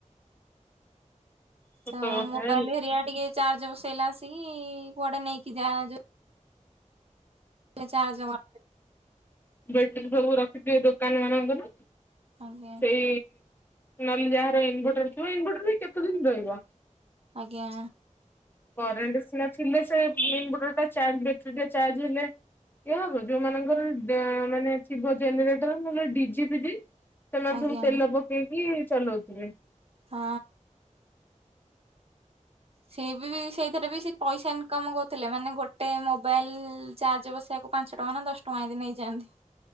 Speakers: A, on the left (about 15°); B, on the right (about 50°).
A: ସତ
B: ତ
A: କଥା
B: ମୋବାଇଲ
A: ହେଲେ
B: ହରିଆ ଟିକେ ଚାର୍ଜ ବସେଇଲା ଆସିକି କୁଆଡେ ନେଇକି ଯା ଯୋଉ ଚାର୍ଜ <unintelligible>
A: ବ୍ୟାଟେରୀ ସବୁ ରଖିଥିବେ ଦୋକାନ ମାନଙ୍କରେ
B: ଆଜ୍ଞା
A: ସେଇ ନହେଲେ ଯାହାର ଇନଭଟର ଥିବ ଇନଭଟର ବି କେତେ ଦିନ ରହିବ
B: ଆଜ୍ଞା।
A: କରେଣ୍ଟ ସିନା ଥିଲେ ସେ ଇନ୍ଭର୍ଟର୍ ଟା ଚାର୍ଜ ବ୍ୟାଟେରୀ ଟା ଚାର୍ଜ ହେଲେ ହବ ଯୋଉ ମାନଙ୍କର ମାନେ ଥିବ ଜେନେଟର ନହେଲେ ଡିଜି ପି ସେମାନେ
B: ଆଜ୍ଞା
A: ସବୁ ତେଲ ପକେଇକି ଚଲଉଥିବେ।
B: ହଁ। ସେ ବି ସେଇଥିରେ ବି ସେ ପଇସା ଇନକମ୍ କରୁଥିଲେ ମାନେ ଗୋଟେ ମୋବାଇଲ ଚାର୍ଜ ବସେଇବାକୁ ପାଞ୍ଚଟଙ୍କା ନା ଦଶଟଙ୍କା ଏମତି ନେଇଯାଆନ୍ତି।